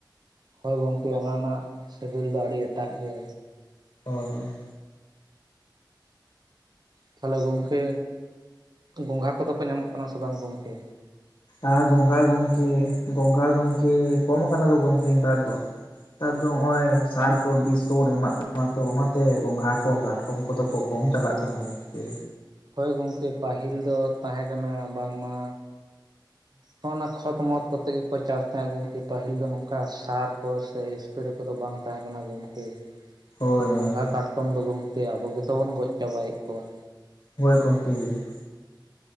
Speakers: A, on the right; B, on the left.
A: ᱦᱳᱭ ᱜᱚᱝᱠᱮ ᱚᱱᱟ ᱨᱮᱱᱟᱜ, ᱥᱤᱵᱤᱞ ᱫᱚ ᱟᱹᱰᱤ ᱮᱴᱟᱜ ᱜᱮ᱾
B: ᱦᱳᱭ ᱦᱳᱭ᱾
A: ᱛᱟᱦᱚᱞᱮ ᱜᱚᱝᱠᱮ, ᱜᱚᱝᱜᱷᱟ ᱠᱚᱫᱚ ᱠᱚ ᱧᱟᱢᱚᱜ ᱠᱟᱱᱟ ᱥᱮ ᱵᱟᱝ ᱜᱚᱝᱠᱮ?
B: ᱟᱨ ᱜᱚᱝᱜᱷᱟ ᱜᱚᱝᱠᱮ, ᱜᱚᱝᱜᱷᱟ ᱜᱚᱝᱠᱮ ᱠᱚᱢ ᱟᱠᱟᱱᱟ ᱠᱚ ᱜᱚᱝᱠᱮ ᱱᱮᱛᱟᱨ ᱫᱚ᱾ ᱱᱮᱛᱟᱨ ᱫᱚ ᱦᱚᱸᱜᱼᱚᱭ ᱥᱟᱨ ᱠᱚ, ᱵᱤᱥ ᱠᱚᱵᱚᱱ ᱮᱢᱟᱜ ᱠᱟᱱᱟ ᱛᱚ ᱚᱱᱟᱛᱮ ᱜᱚᱸᱜᱷᱟ ᱠᱚ, ᱠᱟᱴᱠᱚᱢ ᱠᱚᱫᱚ ᱠᱚ ᱠᱚᱢ ᱪᱟᱞᱟᱜ ᱠᱟᱱᱟ ᱜᱚᱝᱠᱮ᱾
A: ᱦᱚᱭ ᱜᱚᱝᱠᱮ ᱯᱟᱹᱦᱤᱞ ᱫᱚ ᱛᱟᱦᱮᱸ ᱠᱟᱱᱟ ᱵᱟᱝᱢᱟ ᱦᱚᱸᱜ ᱚᱱᱟ ᱠᱷᱚᱛ ᱢᱚᱛ, ᱠᱚᱛᱮ ᱜᱮᱠᱚ ᱪᱟᱥ ᱛᱟᱦᱮᱸᱜ ᱜᱚᱢᱠᱮ᱾ ᱯᱟᱹᱦᱤᱞ ᱫᱚ ᱱᱚᱝᱠᱟ ᱥᱟᱨ ᱠᱚ ᱥᱮ ᱮᱥᱯᱮᱨᱮ ᱠᱚᱫᱚ ᱵᱟᱝ ᱛᱟᱦᱮᱸ ᱠᱟᱱᱟ ᱜᱚᱢᱠᱮ᱾
B: ᱦᱳᱭ
A: ᱩᱝᱠᱩ
B: ᱦᱳᱭ
A: ᱜᱚᱸᱜᱷᱟ ᱠᱟᱴᱠᱚᱢ ᱫᱚ ᱜᱚᱝᱠᱮ ᱟᱵᱚ ᱜᱮᱛᱚ ᱵᱚᱱ ᱜᱚᱡ ᱪᱟᱵᱟᱭᱮᱫ ᱠᱚᱣᱟ᱾
B: ᱦᱳᱭ ᱜᱚᱝᱠᱮ᱾ <inaudible>